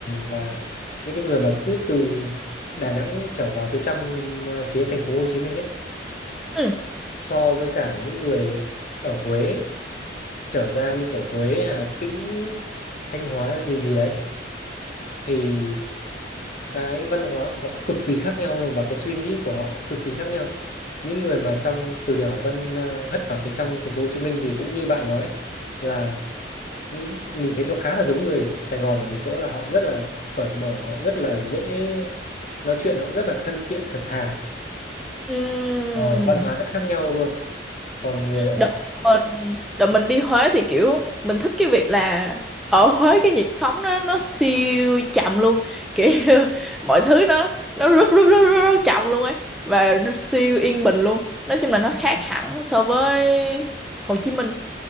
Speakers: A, on the left (about 45°); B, in the centre.
A: là những cái người mà cứ từ Đà Nẵng trở vào phía trong uh, phía thành phố Hồ Chí Minh ấy
B: ừ.
A: so với cả những người ở Huế trở ra như kiểu Huế Hà Tĩnh Thanh Hóa gì gì đấy thì cái văn hóa của họ cực kỳ khác nhau luôn và cái suy nghĩ của họ cực kỳ khác nhau những người mà trong từ đèo Hải Vân ờ, hất vào phía trong thành phố Hồ Chí Minh thì cũng như bạn nói là m- mình thấy nó khá là giống người Sài Gòn ở một chỗ là họ rất là cởi mở họ rất là dễ nói chuyện họ rất là thân thiện thật thà
B: Ừm.
A: Ờ, văn hóa rất khác nhau luôn còn người ở
B: đợt mình đợt mình đi Huế thì kiểu mình thích cái việc là ở Huế cái nhịp sống nó nó siêu chậm luôn kiểu <laughs> mọi thứ nó nó rất rất rất rất, rất chậm luôn ấy và siêu yên bình luôn nói chung là nó khác hẳn so với Hồ Chí Minh